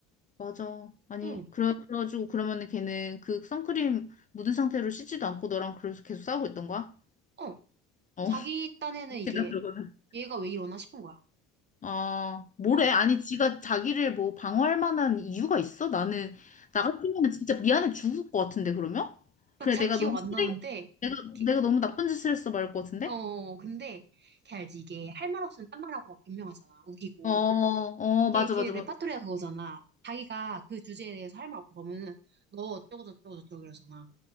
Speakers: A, on the left; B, on the right.
A: 맞아. 아니,
B: 응,
A: 그래, 그래가지고 그러면은 걔는 그 선크림 묻은 상태로 씻지도 않고 너랑 그래서 계속 싸우고 있던 거야?
B: 어,
A: 어,
B: 자기
A: <laughs>
B: 딴에는
A: 웃기다,
B: 이게,
A: 그거는.
B: 얘가 왜 이러나 싶은 거야.
A: 아, 뭐래?
B: 어,
A: 아니, 지가 자기를 뭐 방어할 만한 이유가 있어? 나는, 나 같으면 진짜 미안해 죽을 것 같은데, 그러면?
B: 그러니까
A: 그래,
B: 잘
A: 내가
B: 기억
A: 너무
B: 안
A: 쓰레기,
B: 나는데,
A: 내가,
B: 걔-
A: 내가 너무 나쁜 짓을 했어, 말할 것 같은데?
B: 어, 근데, 걔 알지, 이게 할 말 없으면 딴 말하고 막 변명하잖아, 우기고.
A: 어, 어,
B: 걔,
A: 맞아,
B: 걔
A: 맞아,
B: 레파토리가
A: 맞아.
B: 그거잖아. 자기가 그 주제에 대해서 할 말 없다 그면은 너 어쩌고 저쩌고 저쩌고 이러잖아.